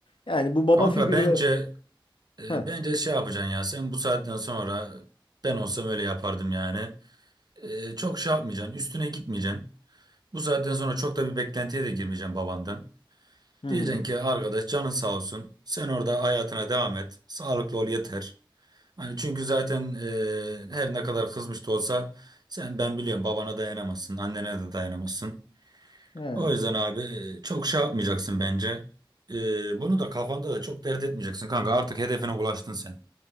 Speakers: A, on the left; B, on the right.
A: yani bu baba
B: Kanka
A: figürü
B: bence E,
A: Heh,
B: bence şey yapacaksın ya sen bu saatten sonra ben olsam öyle yapardım yani. E, çok şey yapmayacaksın üstüne gitmeyeceksin. Bu saatten sonra çok da bir beklentiye de girmeyeceksin babandan.
A: hı
B: Diyeceksin
A: hı.
B: ki arkadaş canın sağ olsun sen orada hayatına devam et sağlıklı ol yeter. Hani çünkü zaten e, her ne kadar kızmış da olsa sen ben biliyorum babana dayanamazsın annene de dayanamazsın.
A: Yani.
B: O yüzden abi e, çok şey yapmayacaksın bence. E, bunu da kafanda da çok dert etmeyeceksin kanka artık hedefine ulaştın sen.